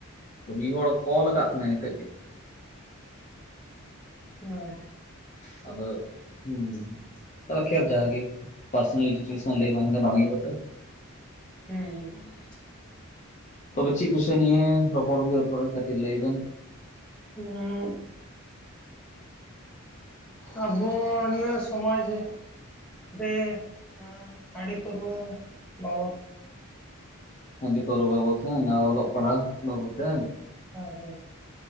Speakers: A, on the left (about 35°); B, in the centre.
A: ᱛᱚ ᱢᱤᱫ ᱦᱚᱲ ᱠᱚᱞ ᱠᱟᱜ ᱛᱟᱦᱮᱸᱱᱟᱭ ᱱᱤᱛᱚᱜᱼᱜᱮ᱾
B: ᱦᱮᱸ᱾
A: ᱟᱫᱚ ᱦᱩᱸ᱾ ᱟᱠᱷᱮᱨ ᱡᱟᱜᱮ ᱯᱟᱨᱥᱳᱱᱟᱞ ᱰᱤᱴᱮᱞᱥ ᱦᱚᱸ ᱞᱮᱭ ᱵᱟᱝ ᱜᱟᱱᱳᱜᱼᱟ ᱱᱤᱭᱟᱹ ᱠᱚᱛᱮ
B: ᱦᱮᱸ ᱦᱮᱸ᱾
A: ᱛᱚᱵᱮ ᱪᱤᱜ ᱵᱤᱥᱚᱭ ᱱᱤᱭᱮ ᱨᱚᱯᱚᱲ ᱦᱳᱭᱳᱜᱼᱟ ᱛᱷᱚᱲᱟ ᱠᱟᱹᱴᱤᱡ ᱞᱟᱹᱭ ᱵᱮᱱ᱾
B: ᱩᱸᱜ ᱟᱵᱚ ᱱᱤᱭᱟᱹ ᱥᱚᱢᱟᱡ ᱨᱮ ᱫᱮ ᱚᱱᱟ ᱦᱟᱺᱰᱤ ᱯᱟᱹᱨᱣᱟᱹ ᱵᱟᱵᱚᱛ
A: ᱦᱟᱺᱰᱤ ᱯᱟᱹᱨᱣᱟᱹ ᱵᱟᱵᱚᱫ ᱦᱮᱸ ᱟᱨ ᱚᱞᱚᱜ ᱯᱟᱲᱦᱟᱣ ᱵᱟᱵᱚᱫ ᱛᱮ
B: ᱦᱮᱸ ᱦᱳᱭ᱾